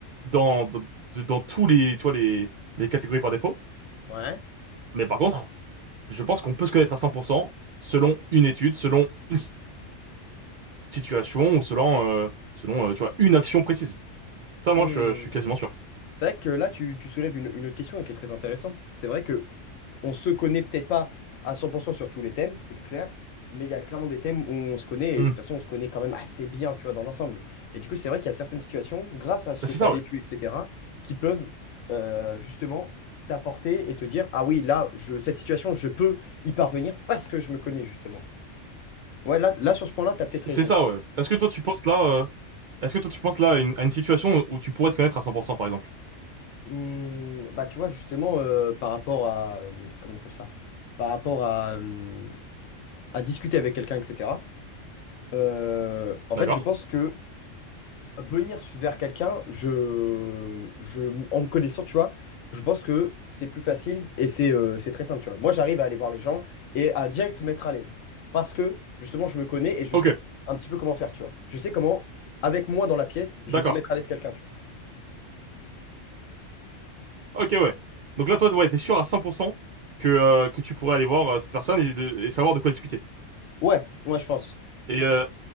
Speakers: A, on the right; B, on the left.
A: dans, dans, de- dans tous les, tu vois, les, les catégories par défaut.
B: Ouais.
A: Mais par contre, je pense qu'on peut se connaître à 100% selon une étude, selon une s- situation, ou selon, euh, selon, euh, tu vois, une action précise. Ça, moi,
B: hmm.
A: je, je suis quasiment sûr.
B: C'est vrai que là, tu, tu soulèves une, une autre question et qui est très intéressante. C'est vrai que on se connaît peut-être pas à 100% sur tous les thèmes, c'est clair, mais il y a clairement des thèmes où on se connaît,
A: Hmm.
B: et de toute façon, on se connaît quand même assez bien, tu vois, dans l'ensemble. Et du coup, c'est vrai qu'il y a certaines situations, grâce à ce
A: Bah,
B: que
A: C'est
B: tu
A: ça,
B: as vécu,
A: ouais.
B: etc., qui peuvent euh, justement t'apporter et te dire, ah oui, là, je, cette situation, je peux y parvenir parce que je me connais, justement. Ouais, là, là sur ce point-là, tu as
A: C'est
B: peut-être raison,
A: c'est ça,
B: tu vois.
A: ouais. Est-ce que toi, tu penses là, euh, est-ce que toi, tu penses là à une, à une situation où tu pourrais te connaître à cent pour cent, par exemple?
B: Hmm, bah, tu vois, justement, euh, par rapport à, euh, comment on appelle ça? Par rapport à, euh, à discuter avec quelqu'un, etc. Euh, en
A: D'accord?
B: fait, je pense que venir vers quelqu'un, je, je, en me connaissant, tu vois, je pense que c'est plus facile et c'est euh, c'est très simple, tu vois. Moi, j'arrive à aller voir les gens et à direct me mettre à l'aise. Parce que, justement, je me connais et je
A: Ok,
B: sais un petit peu comment faire, tu vois. Je sais comment, avec moi dans la pièce, je
A: d'accord.
B: peux mettre à l'aise quelqu'un, tu
A: Ok, ouais. Donc là, toi, ouais, t'es sûr à 100% que, euh, que tu pourrais aller voir euh, cette personne et, de, et savoir de quoi discuter.
B: vois. Ouais, ouais, je pense.
A: Et euh,